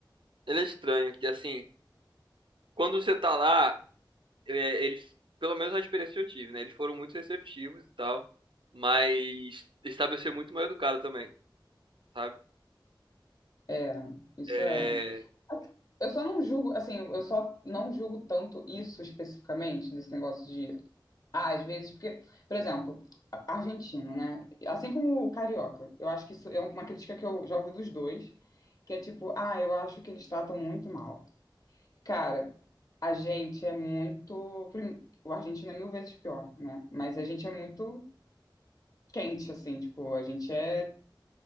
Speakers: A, on the right; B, on the left.
A: Ele é estranho, que assim, quando você tá lá, é, eles, pelo menos a experiência que eu tive, né? Eles foram muito receptivos e tal, mas estabelecer muito mal educado também, sabe?
B: É, isso
A: É,
B: é. Eu só não julgo, assim, eu só não julgo tanto isso especificamente, desse negócio de Ah, às vezes, porque, por exemplo, a- argentino, né? Assim como o carioca, eu acho que isso é uma crítica que eu já ouvi dos dois, que é tipo, ah, eu acho que eles tratam muito mal. Cara, a gente é muito. prim- O argentino é mil vezes pior, né? Mas a gente é muito quente, assim, tipo, a gente é.